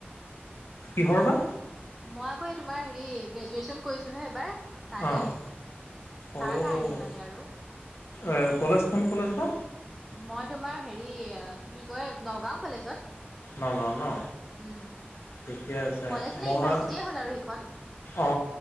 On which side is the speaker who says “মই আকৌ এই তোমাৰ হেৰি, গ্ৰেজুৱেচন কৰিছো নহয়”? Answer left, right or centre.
Centre